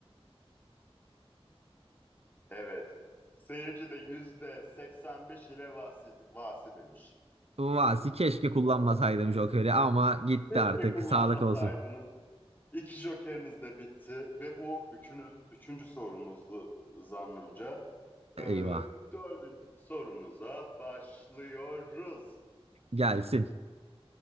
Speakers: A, on the left; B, on the right.
A: Evet. Seyirci de yüzde 85 ile vasi, vasi demiş.
B: Vasi keşke kullanmasaydım
A: Doğru bildim.
B: Joker'i ama gitti
A: Keşke
B: artık.
A: kullanmasaydınız.
B: Sağlık olsun.
A: İki jokeriniz de bitti ve bu üçünü, üçüncü sorunuzdu zannımca. Ee,
B: Eyvah.
A: dördüncü sorunuza başlıyoruz.
B: Gelsin.